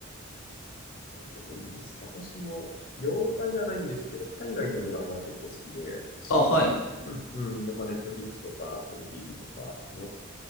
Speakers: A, on the left (about 40°); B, on the left (about 85°).
A: <laughs> なるほど、いいですね。私も、洋画じゃないんですけど、海外のドラマは結構好きで、
B: あ、はい。
A: うん、うんまあ、ネットフリックスとか、Apple TV とかの